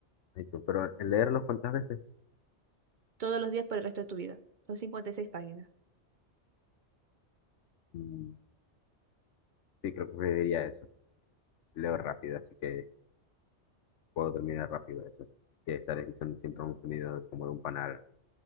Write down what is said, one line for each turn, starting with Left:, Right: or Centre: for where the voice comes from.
Left: ay, tú. Pero el leerlos cuántas veces,
Right: Todos los días por el resto de tu vida. Son 56 páginas.
Left: Mm, sí, creo que preferiría eso. Leo rápido, así que puedo terminar rápido eso. Que estar escuchando siempre un sonido como de un panal